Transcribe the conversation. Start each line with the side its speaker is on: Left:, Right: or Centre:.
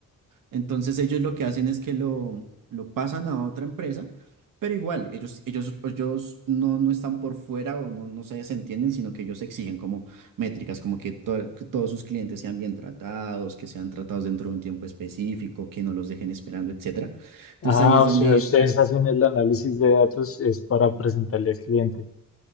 Right: Entonces ellos lo que hacen es que lo, lo pasan a otra empresa, pero igual, ellos, ellos, ellos no, no están por fuera o no, no se desentienden, sino que ellos exigen como métricas, como que, to- que todos sus clientes sean bien tratados, que sean tratados dentro de un tiempo específico, que no los dejen esperando, etcétera. Entonces
Left: Ah,
Right: ahí es
Left: o
Right: donde
Left: sea, ustedes
Right: entra.
Left: hacen el análisis de datos es para presentarle al cliente.